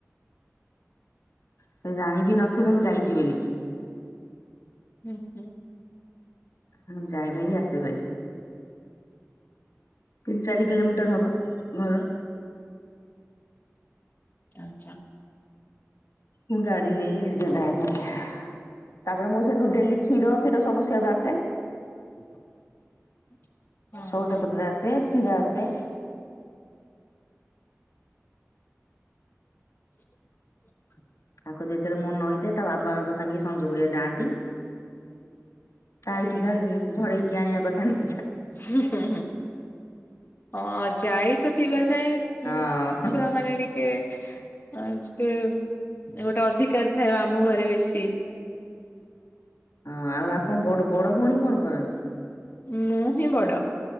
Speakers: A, on the left; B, on the left.
A: ସେ ଜାଣିବି ନଥିବେ ମୁଁ ଯାଇଛି ବୋଲିକି।
B: ହୁଁ ହୁଁ।
A: ହଁ ଯାଏ ଭାରି ଆସେ ଭାରି। ତିନି ଚାରି କିଲୋମିଟର ହବ ଘର।
B: ଆଚ୍ଛା।
A: ମୁଁ ଗାଡ଼ି ନେଇକି ନିଜେ ଯାଏ ଭାରି। ତାପରେ ମୁଁ ସେଇଠୁ ଡେଲି କ୍ଷୀର ଫୀର ସବୁ ସେଆଡୁ ଆସେ।
B: <inaudible> ହଁ
A: ସଉଦା
B: ହଁ
A: ପତ୍ର ଆସେ କ୍ଷୀର ଆସେ।
B: <inaudible>
A: ତାଙ୍କ ଯେତେବେଳେ ମନ ହେଇଥାଏ ତା ବାପାଙ୍କ ସାଙ୍ଗେ ସଞ୍ଜ ବେଳୁଆ ଯାଆନ୍ତି। ତା ଆଈଠୁ ଯାହା ଉଁ ଝଡ଼େଇକି ଆଣିବା କଥା ନାଇ
B: ହୁଁ ହୁଁ ହୁଁ ହଁ ଅଜା ଆଈ ତ ଥିବା ଯାଏଁ
A: ହଁ
B: ହୁଁ
A: ହଁ।
B: ଛୁଆ ମାନେ ଟିକେ ଅ ଯେ ଗୋଟେ ଅଧିକାର ଥାଏ ମାମୁଁ ଘରେ ବେଶୀ।
A: ହଁ ଆଉ ଆପଣ ବଡ଼ ବଡ଼ ଭଉଣୀ କଣ କରନ୍ତି?
B: ମୁଁ ହିଁ ବଡ଼।